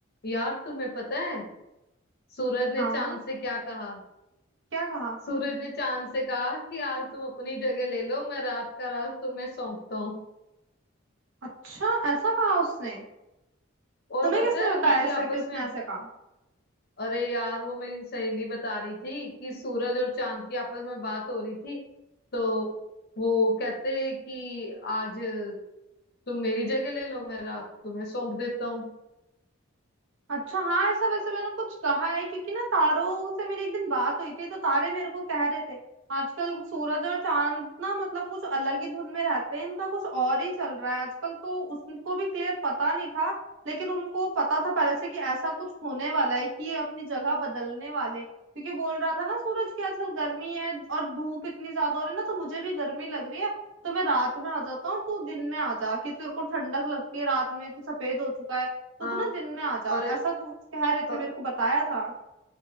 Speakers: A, on the left; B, on the right.
A: यार तुम्हें पता है सूरज ने
B: हाँ
A: चांद से क्या कहा
B: क्या कहा
A: सूरज ने चांद से कहा कि आज तुम अपनी जगह ले लो मैं रात का राज तुम्हें सौंपता हूँ
B: अच्छा ऐसा कहा उसने
A: और
B: तुम्हें
A: पता
B: किसने
A: है
B: बताया
A: उनकी
B: ऐसा
A: आपस
B: कि उसने
A: में
B: ऐसा कहा
A: अरे यार वो मेरी सहेली बता रही थी कि सूरज और चांद की आपस में बात हो रही थी तो वो कहते कि आज तुम मेरी जगह ले लो मैं रात तुम्हें सौंप देता हूँ
B: अच्छा हाँ ऐसा वैसे मैंने कुछ कहा है क्योंकि ना तारों से मेरी एक दिन बात हुई थी तो तारे मेरे को कह रहे थे आजकल सूरज और चांद ना मतलब कुछ अलग ही धुन में रहते हैं इनका कुछ और ही चल रहा है आजकल तो उसको भी क्लियर पता नहीं था लेकिन उनको पता था पहले से कि ऐसा कुछ होने वाला है कि ये अपनी जगह बदलने वाले क्योंकि बोल रहा था ना सूरज की आजकल गर्मी है और धूप इतनी ज्यादा हो रही है ना तो मुझे भी गर्मी लग रही है तो मैं रात में आ जाता हूँ और तू दिन में आ जा कि तेरे को ठंडक लगती है रात में तू सफेद हो चुका है तो
A: हाँ
B: तू ना दिन में आ जा
A: और
B: ऐसा कुछ कह रहे
A: अ-
B: थे मेरे को बताया था